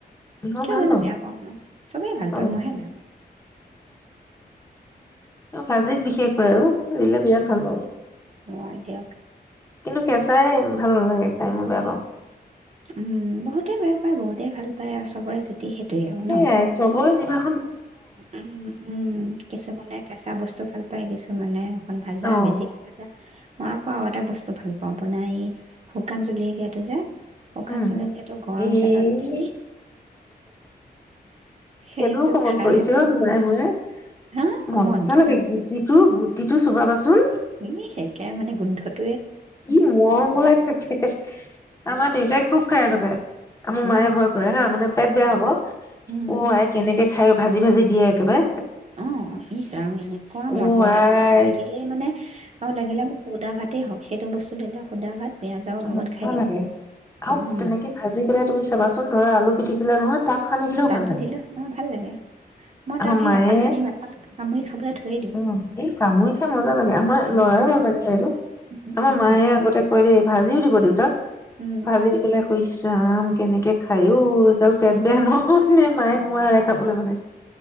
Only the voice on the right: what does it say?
কিয়
জানো বেয়া পাওঁ মই চবেই ভাল
পায় মইহে বেয়া পাওঁ
হয় দিয়ক
উম বহুতে বেয়া বহুতেই ভাল পায় আৰু চবৰে সেইটোৱেই আৰু
ন
উম উম কিছুমানে কেঁচা বস্তু ভাল পা পাই কিছুঁ মানে অকণ ভাজা
বেছিকৈ ভাজা মই আকৌ আৰু এটা বস্তু ভাল পাওঁ আপোনাৰ এই শুকান জলকীয়াটো যে শুকান
জলকীয়াটো গৰম
তেলত দি
সেইটো
খাই
মানে
হা
কমন
ইহ একে মানে গোন্ধত
উম
উম উম
উম ইচ ৰাম এনেকোৱা
মজা লাগে
খাবলে ভাজিলেই মানে অ' লাগিলে মোক শুদা ভাত তেই হওঁক সেইটো বস্তু দিলে শুদা ভাত পিঁয়াজৰ লগত
খাই দিম
উম
অ তাতো
দিলো অ ভাল লাগে মই
তাক সেই
এফাল সানিম এফাল কামুৰি খাবলৈ থৈয়ে দিওঁ।
উম,
উম,
উম,
উম,